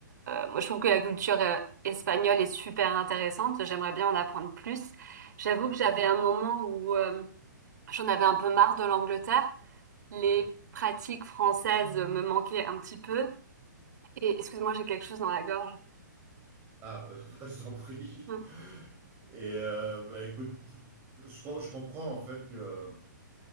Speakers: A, on the right; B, on the right.
A: moi je trouve que la culture euh, espagnole est super intéressante. J'aimerais bien en apprendre plus. J'avoue
B: Oui,
A: que j'avais un moment où euh, j'en avais un peu marre de l'Angleterre. Les
B: oui.
A: pratiques françaises me manquaient un petit peu. Et excuse-moi, j'ai quelque chose dans la gorge.
B: Ah, euh, <laughs> bah, je t'en prie.
A: <laughs>
B: Et euh, bah, écoute, je, je, comprends en fait que